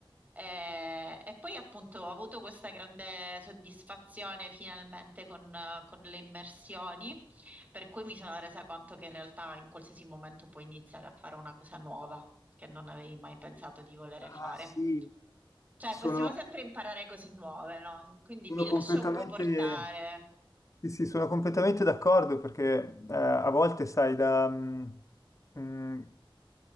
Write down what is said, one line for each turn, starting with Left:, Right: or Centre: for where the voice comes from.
Right: Eh, e poi appunto ho avuto questa grande soddisfazione finalmente con, eh, con le immersioni, per cui mi sono resa conto che in realtà in qualsiasi momento puoi iniziare a fare una cosa nuova che non avevi mai pensato di volere fare.
Left: Ah, sì,
Right: Cioè,
Left: sono,
Right: possiamo sempre imparare cose nuove, no? Quindi
Left: sono
Right: mi
Left: completamente,
Right: lascio un po' portare.
Left: sì, sì, sono completamente d'accordo perché eh, a volte, sai, da, mm, mm,